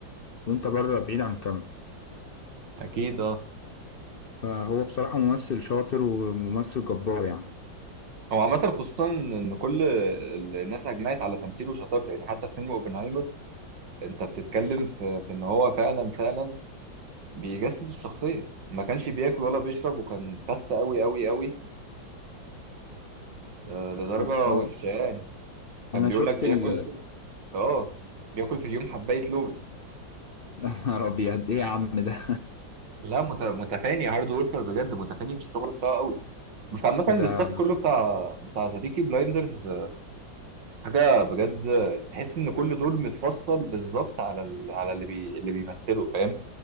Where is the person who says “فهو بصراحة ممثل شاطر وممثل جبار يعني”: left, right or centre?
Left